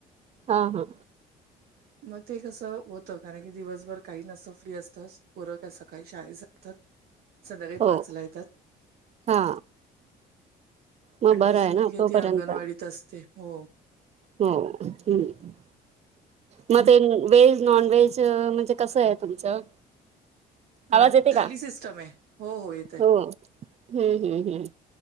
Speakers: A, on the right; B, on the right.
A: हा हा,,
B: <inaudible> मग ते कसं होतं, कारण की दिवसभर काही नसतं, फ्री असतं, पोरं काय सकाळी शाळेत जाता. संध्याकाळी
A: हो
B: पाचला येतात.
A: हा मग
B: आणि
A: बरं
B: दुसरी
A: आहे ना
B: मुलगी
A: तोपर्यंत
B: ती अंगणवाडीत असते हो.
A: हम्म, हम्म मग ते व्हेज, नॉन व्हेज, म्हणजे कसं आहे तुमचं?
B: अ,
A: आवाज येते
B: थाली
A: का?
B: सिस्टम आहे हो येत आहे
A: हो, हम्म हम्म हम्म.